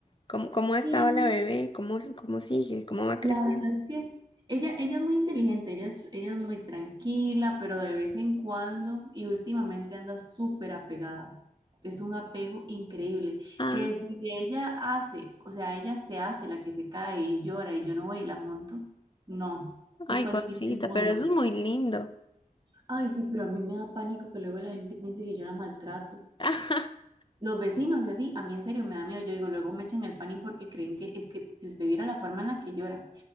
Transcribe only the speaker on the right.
Sí.
La
verdad es que ella, ella es muy inteligente, ella es, ella es muy tranquila, pero de vez en cuando y últimamente anda súper apegada. Es un apego increíble,
que si ella hace, o sea, ella se hace la que se cae y llora y yo no voy y la junto, no, eso
fue
el fin del mundo.
Ay, sí, pero a mí me da pánico que luego la gente piense que yo la maltrato.
Los vecinos y así, a mí en serio me da miedo, yo digo, luego me echan el pánico porque creen que es que si usted viera la forma en la que llora.